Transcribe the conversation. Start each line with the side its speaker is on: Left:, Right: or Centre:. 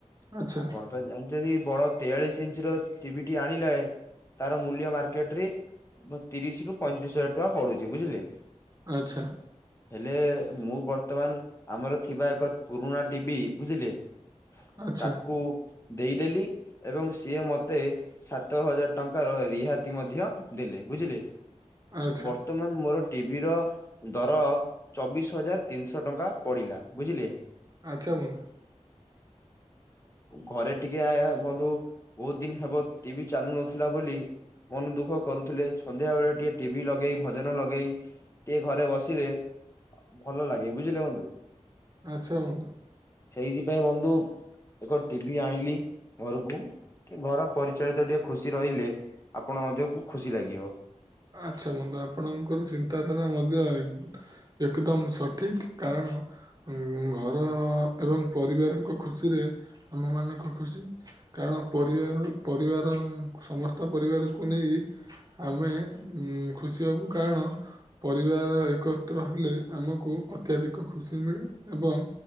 Right: ଆଚ୍ଛା
Left: <inaudible> ବଡ଼ ତେୟାଳିଶ୍ ଇଞ୍ଚ୍ ର ଟିଭିିଟି ଆଣିଲେ। ତା'ର ମୂଲ୍ୟ ମାର୍କେଟ୍ ରେ ତିରିଶ୍ ରୁ ପଇଁତିରିଶ୍ ହଜାର୍ ଟଙ୍କା ପଡୁଚି ବୁଝିଲେ।
Right: ଆଚ୍ଛା।
Left: ହେଲେ, ମୁଁ ବର୍ତ୍ତମାନ୍‌ ଆମର ଥିବା ଏକ ପୁରୁଣା ଟିବି ବୁଝିଲେ।
Right: ଆଚ୍ଛା
Left: ତାକୁ ଦେଇଦେଲି, ଏବଂ ସିଏ ମତେ ସାତ ହଜାର୍ ଟଙ୍କାର ରିହାତି ମଧ୍ୟ ଦେଲେ, ବୁଝିଲେ।
Right: ଆଚ୍ଛା
Left: ବର୍ତ୍ତମାନ୍‌ ମର ଟିଭି ର ଦର ଚବିଶ୍ ହଜାର୍ ତିନ୍ଶ ଟଙ୍କା ପଡ଼ିଲା, ବୁଝିଲେ।
Right: <inaudible>
Left: ଘରେ ଟିକେ ବନ୍ଧୁ ବହୁତ୍ ଦିନ ହେବ ଟିଭି ଚାଲୁ ନଥିଲା ବୋଲି। ମନ୍‌ ଦୁଃଖ କରୁଥିଲେ, ସନ୍ଧ୍ୟାବଳେ ଟିକେ ଟିଭି ଲଗେଇ ଭଜନ ଲଗେଇ। ଟିକେ ଘରେ ବସିଲେ ଭଲ ଲାଗେ ବୁଝିଲେ ବନ୍ଧୁ।
Right: ଆଚ୍ଛା ବନ୍ଧୁ।
Left: ସେଇଥି ପାଇଁ ବନ୍ଧୁ ଏକ ଟିଭି ଆଣିଲି ଘରୁକୁ। ଘର ପରିଚାଳିତ ଟିକେ ଖୁସି ରହିଲେ, ଆପଣ ମଧ୍ୟକୁ ଖୁସି ଲାଗିବ।
Right: ଆଚ୍ଛା ବନ୍ଧୁ, ଆପଣଙ୍କର ଚିନ୍ତାଧାରା ମଧ୍ୟ ଏକେଦମ୍‌ <inaudible> ଘର ଏବଂ ପରିବାରଙ୍କ ଖୁସିରେ ଆମ ମାନଙ୍କ ଖୁସି। ପରିବାର ରୁ ପରିବାର ସମସ୍ତ ପରିବାରକୁ ନେଇ ଆମେ ଖୁସି ହବୁ, କାରଣ ପରିବାର ଏକତ୍ର ହେଲେ ଆମକୁ ଅତ୍ୟାଧିକ ଖୁସି ମିଳେ। ଏବଂ